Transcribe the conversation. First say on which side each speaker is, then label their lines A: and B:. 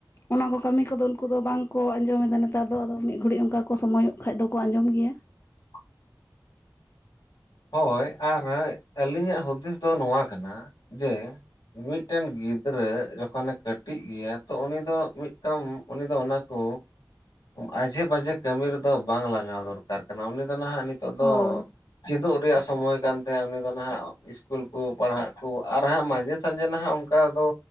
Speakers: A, on the left; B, on the left.
A: ᱚᱱᱟ ᱠᱚ ᱠᱟᱹᱢᱤ ᱠᱚᱫᱚ ᱩᱱᱠᱩ ᱫᱚ ᱵᱟᱝ ᱠᱚ ᱟᱸᱡᱚᱢᱮᱫᱟ ᱱᱮᱛᱟᱨ ᱫᱚ ᱟᱫᱚ ᱢᱤᱫ ᱜᱷᱟᱹᱲᱤᱡ ᱚᱱᱠᱟ ᱠᱚ ᱥᱚᱢᱚᱭᱚᱜ ᱠᱷᱟ ᱫᱚᱠᱚ ᱟᱸᱡᱚᱢ ᱜᱮᱭᱟ᱾
B: <inaudible> ᱦᱳᱭ ᱟᱨ ᱟᱹᱞᱤᱧᱟᱜ ᱦᱩᱫᱤᱥ ᱫᱚ ᱱᱚᱣᱟ ᱠᱟᱱᱟ ᱡᱮ ᱢᱤᱫᱴᱮᱱ ᱜᱤᱫᱽᱨᱟᱹ ᱡᱚᱠᱷᱚᱱᱮ ᱠᱟᱹᱴᱤᱡ ᱜᱮᱭᱟ ᱛᱚ ᱩᱱᱤ ᱫᱚ ᱢᱤᱫᱴᱟᱝ ᱩᱱᱤ ᱫᱚ ᱚᱱᱟᱠᱚ ᱢᱟᱡᱷᱮ-ᱵᱟᱡᱷᱮ ᱠᱟᱹᱢᱤ ᱨᱮᱫᱚ ᱵᱟᱝ ᱞᱟᱜᱟᱣ ᱫᱚᱨᱠᱟᱨ ᱠᱟᱱᱟ ᱩᱱᱤ ᱫᱚ ᱱᱟᱦᱟᱜ ᱱᱤᱛ ᱱᱤᱛᱚᱜ ᱫᱚ
A: ᱦᱳᱭ
B: ᱪᱮᱫᱚᱜ ᱨᱮᱭᱟᱜ ᱥᱚᱢᱚᱭ ᱠᱟᱱ ᱛᱟᱭᱟ ᱩᱱᱤ ᱫᱚ ᱱᱟᱦᱟᱜ ᱤᱥᱠᱩᱞ ᱠᱚ ᱯᱟᱲᱦᱟᱜ ᱠᱚ ᱟᱨ ᱦᱟᱸᱜ ᱢᱟᱡᱷᱮ ᱥᱟᱡᱮ ᱱᱟᱦᱟᱜ ᱚᱱᱠᱟ ᱚᱱᱠᱟ ᱫᱚ